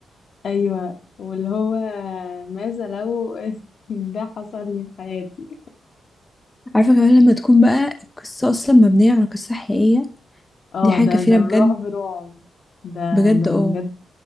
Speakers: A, on the left; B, on the left.
A: ايوه واللي هو ماذا لو <laughs> ده حصل لي في حياتي
B: عارفه كمان لما تكون بقى القصه اصلا مبنيه على قصه حقيقيه
A: اه
B: دي حاجه
A: ده
B: كفيله
A: ده رعب
B: بجد
A: رعب ده
B: بجد
A: ده
B: اه
A: بجد